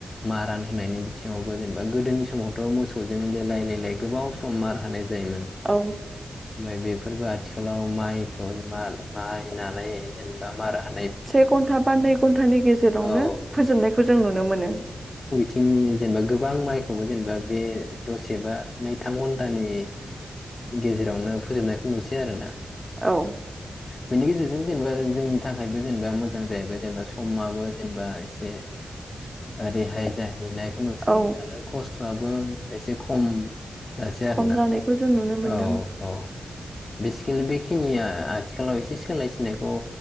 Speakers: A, on the left; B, on the right.
A: मा रान होनायनि बिथिङावबो जेनबा गोदोनि समावथ' मोसौजों लेलाय लेलाय गोबाव सम मार होनाय‌ जायोमोन।
B: औ
A: ओमफाय बेफोरबो आथिखालाव माइखौ माल माइ नानाय जेनेबा माराहो
B: से घन्टा बा नै घन्टानि गेजेरावनो
A: औ
B: फोजोबनायखौ जों नुनो मोनो।
A: थिंनि जेनबा गोबां माइखौबो जेनबा बे दसे बा नैथाम घन्टानि गेजेरावनो फोजोबनायखौ नुसै आरो ना।
B: औ
A: बेनि गेजेरजों जेनेबा जोंनि थाखायबो जेनबा मोजां जाहैबाय जेनबा समाबो जेनबा एसे रेहाय जाहैना नुसै
B: औ
A: आरो खस बाबो एसे खम दासे आरोना
B: खम जानायखौ जों नुनो मोनदों
A: औ औ। बिसिकेल बेखिनिया आथिखालाव एसे सोलाय सोलायखौ।